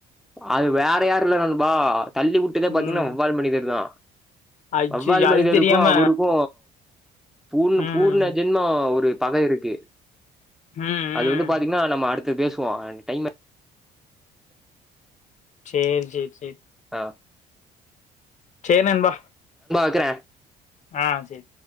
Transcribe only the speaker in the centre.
அது வேற யாரு இல்ல நண்பா தள்ளி விட்டுதே பாத்தீங்கன்னா
வவ்வால் மனிதரு தா
வவ்வால் மனிதருக்கு
அவருக்கு பூர்ண
பூர்ண ஜென்ம ஒரு பக இருக்கு
அது
வந்து பாத்தீங்ன்னா நம்ம அடுத்த பேசுவோ டைம்
ஆ
க்கிறே